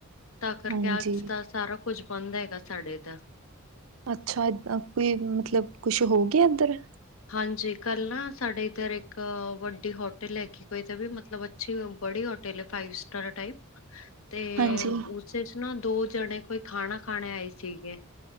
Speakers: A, on the left (about 70°); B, on the right (about 75°).
A: ਤਾਂ ਕਰਕੇ
B: ਹਾਂਜੀ
A: ਅੱਜ ਦਾ ਸਾਰਾ ਕੁੱਝ ਬੰਦ ਹੈਗਾ ਸਾਡੇ ਏਧਰ।
B: ਅੱਛਾ। ਕੋਈ ਮਤਲੱਬ ਕੁੱਛ ਹੋ ਗਿਆ ਏਧਰ?
A: ਹਾਂਜੀ ਕੱਲ ਨਾ ਸਾਡੇ ਇੱਧਰ ਇੱਕ ਵੱਡੀ ਹੋਟਲ ਹੈਗੀ ਕੋਈ ਤਾਂ ਵੀ ਮਤਲੱਬ ਅੱਛੀ ਬੜੀ ਹੋਟਲ ਹੈ ਫਾਈਵ ਸਟਾਰ ਟਾਈਪ ਤੇ
B: ਹਾਂਜੀ,
A: ਉ ਉਸ ਚੱ ਨਾ ਦੋ ਜਣੇ ਕੋਈ ਖਾਣਾ ਖਾਣੇ ਆਏ ਸੀਗੇ